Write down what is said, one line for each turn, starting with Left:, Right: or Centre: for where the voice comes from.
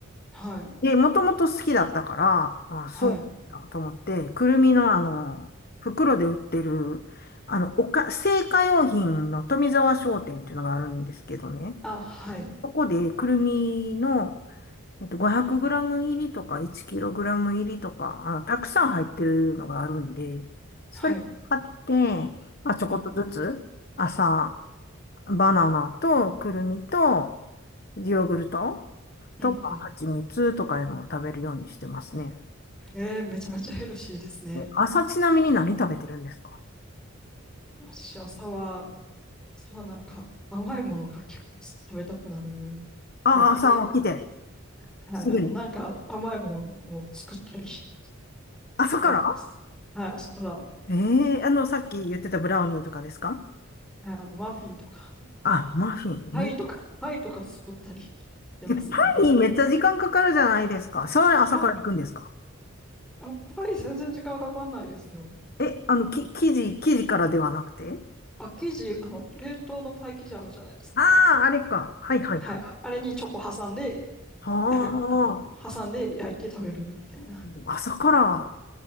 Centre: はい。
Left: で、もともと好きだったから、あ、そうだと思って、
Centre: はい。
Left: くるみのあの、袋で売ってる、あの、おか、製菓用品の富沢商店っていうのがあるんですけどね。
Centre: あ、はい。
Left: そこでくるみの、えっと、500グラム入りとか1キログラム入りとか、あの、たくさん入ってるのがあるんで、それ買って、
Centre: はい。
Left: まあ、ちょこっとずつ、
Centre: うん。
Left: 朝、バナナとくるみと、ヨーグルト
Centre: うん。
Left: とか蜂蜜とかいうのを食べるようにしてますね。
Centre: うんえー、めちゃめちゃヘルシーですね。
Left: 朝ちなみに何食べてるんですか
Centre: 私、朝は、朝はなんか甘いものが結構食べたくなるタイプで、
Left: ああ、朝起きて、
Centre: はい。
Left: すぐに。
Centre: あの、なんか甘いものを作ったり <laughs>、食
Left: 朝から
Centre: べてます。はい。朝から、はい。
Left: ええーあの、さっき言ってたブラウニーとかですか
Centre: あの、マフィンとか、
Left: あ、マフィン。
Centre: パイとか、パイとか作ったり <laughs> してますね。
Left: ええ、パンにめっちゃ時間かかるじゃないですか。
Centre: <laughs>
Left: それ朝から行くんですか
Centre: あ、あパイ全然時間かかんないですよ。
Left: え、あの、き、生地、生地からではなくて
Centre: あ、生地、あの、冷凍のパイ生地あるじゃないですか。
Left: ああー、あれか。はいはいはい。
Centre: はい。あれにチョコ挟んで、
Left: は
Centre: や、<laughs> あの、
Left: あ、
Centre: 挟んで焼いて食べるみたいな。
Left: 朝から